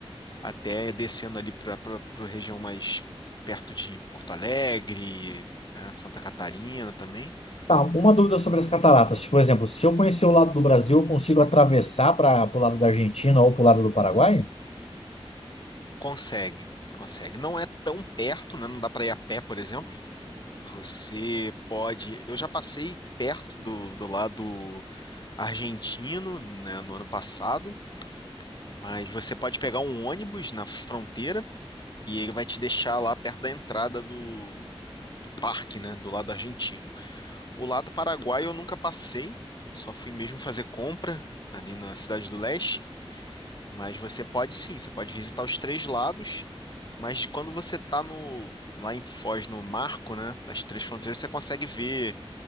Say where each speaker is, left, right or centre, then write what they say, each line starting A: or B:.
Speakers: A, on the left; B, on the left.
A: até descendo ali para para região mais perto de Porto Alegre, né, Santa Catarina também.
B: Tá, uma dúvida sobre as cataratas. Tipo, por exemplo, se eu conhecer o lado do Brasil, eu consigo atravessar para o lado da Argentina ou para o lado do Paraguai?
A: Consegue, consegue. Não é tão perto, né? Não dá para ir a pé, por exemplo. Você pode. Eu já passei perto do, do lado argentino, né, no ano passado, mas você pode pegar um ônibus na fronteira e ele vai te deixar lá perto da entrada do, do parque, né, do lado argentino. O lado paraguaio eu nunca passei, eu só fui mesmo fazer compra ali na Cidade do Leste, mas você pode sim, você pode visitar os três lados, mas quando você está no lá em Foz, no marco, né, das três fronteiras, você consegue ver